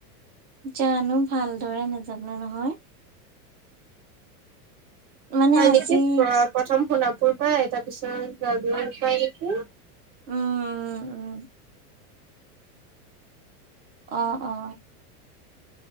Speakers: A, on the right; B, on the right.
A: জানো ভালদৰে নাজানো নহয়। মানে
B: হয়
A: আজি
B: নেকি প্ৰথম সোণাপুৰ পাই, তাৰ পিছত জাগীৰোড পাই নেকি?
A: উম, উম, উম। অ', অ'।